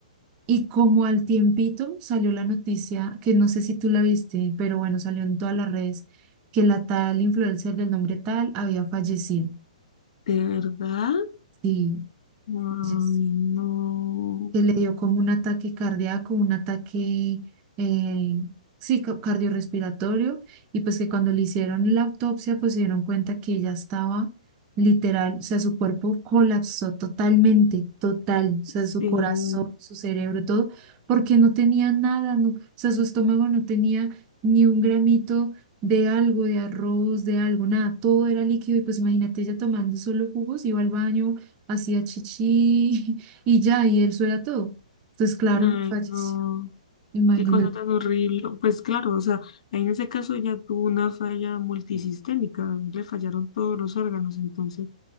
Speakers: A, on the right (about 20°); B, on the left (about 55°).
A: Y como al tiempito salió la noticia, que no sé si tú la viste, pero bueno, salió en todas las redes, que la tal influencer del nombre tal había fallecido.
B: ¿de verdad?
A: Sí,
B: Ay,
A: fallecido.
B: no,
A: que le dio como un ataque cardíaco, un ataque, eh, sí, ca- cardiorrespiratorio, y pues que cuando le hicieron la autopsia, pues se dieron cuenta que ella estaba literal, o sea, su cuerpo colapsó totalmente, total, o sea,
B: sí,
A: su corazón, su cerebro, todo, porque no tenía nada, no, o sea, su estómago no tenía ni un gramito de algo, de arroz, de algo, nada, todo era líquido, y pues imagínate ella tomando solo jugos, iba al baño, hacía chichi, y ya, y eso era todo. Entonces, claro,
B: ay,
A: falleció.
B: no,
A: Imagínate,
B: qué cosa tan horrible. Pues claro, o sea, en ese caso ya tuvo una falla multisistémica, le fallaron todos los órganos, entonces,